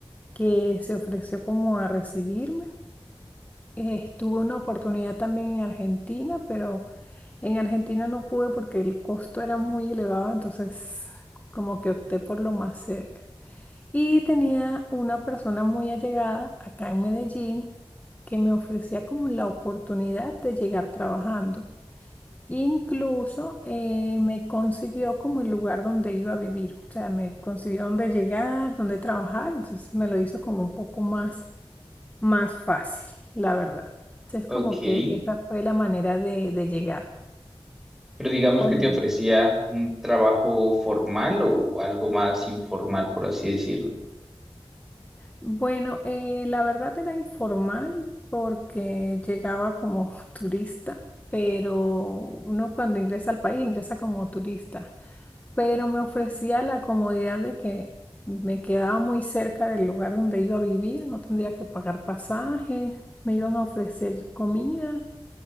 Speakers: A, on the left; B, in the centre.
A: que se ofreció como a recibirme. Eh, tuve una oportunidad también en Argentina, pero en Argentina no pude porque el costo era muy elevado, entonces como que opté por lo más cerca. Y tenía una persona muy allegada acá en Medellín que me ofrecía como la oportunidad de llegar trabajando. Incluso eh, me consiguió como el lugar donde iba a vivir, o sea, me consiguió donde llegar, donde trabajar, entonces me lo hizo como un poco más más fácil, la verdad. Entonces,
B: Ok.
A: como que esa fue la manera de, de llegar.
B: Pero digamos
A: por
B: que
A: medio-
B: te ofrecía un trabajo formal o algo más informal, por así decirlo.
A: Bueno, eh, la verdad era informal porque llegaba como <laughs> turista, pero uno cuando ingresa al país ingresa como turista. Pero me ofrecía la comodidad de que me quedaba muy cerca del lugar donde iba a vivir, no tendría que pagar pasajes, me iban a ofrecer comida